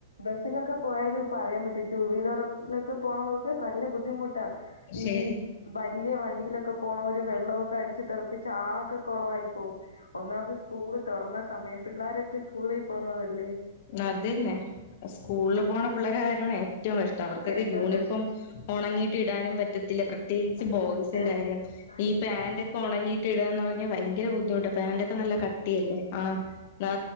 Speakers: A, on the left; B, on the left.
A: ബസ്സിലൊക്കെ പോയാലും ഇപ്പ അറിയാൻ പറ്റും ടു വീലറിലൊക്കെ പോണവർക്ക് നല്ല ബുദ്ധിമുട്ട് താ
B: ശരി
A: ഈ വലിയ വണ്ടിയിലൊക്കെ പോണോര് വെള്ളമൊക്കെ അടിച്ച് തെറുപ്പിച്ച് ആകെ കുളവായി പോവും. ഒന്നാമത് സ്കൂള് തുറന്ന സമയം പിള്ളേരൊക്കെ സ്കൂളിൽ പോന്നതല്ലേ?
B: അത്ന്നെ സ്കൂളിൽ പോണ പിള്ളേരെ കാര്യമാണ് ഏറ്റവും ഇഷ്ടം അവർക്കൊക്കെ
A: ഏറ്റവും
B: യൂണിഫോം
A: കഷ്ടം
B: ഉണങ്ങിയിട്ട് ഇടാനും പറ്റത്തില്ല പ്രത്യേകിച്ച്
A: പറ്റത്തില്ല
B: ബോയ്സിന്റെ കാര്യം
A: മാനേജ്
B: ഈ പാാന്റ്
A: അത് തന്നെ
B: ഒക്കെ ഉണങ്ങിട്ട് കുട്ടി ഇടുകാന്ന് പറഞ്ഞാ ഭയങ്കര ബുദ്ധിമുട്ട പാന്റൊക്കെ നല്ല കട്ടിയ അല്ലേ ആഹ് നാ